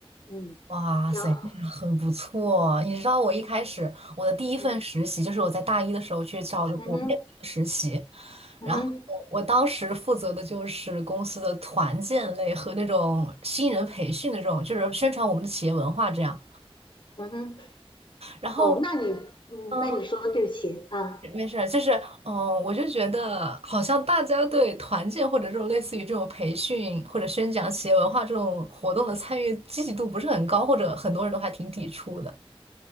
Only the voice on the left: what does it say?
嗯，
然后，
嗯，嗯哼，嗯哼，
嗯哼。
哦，那你嗯，
那你说对不起啊，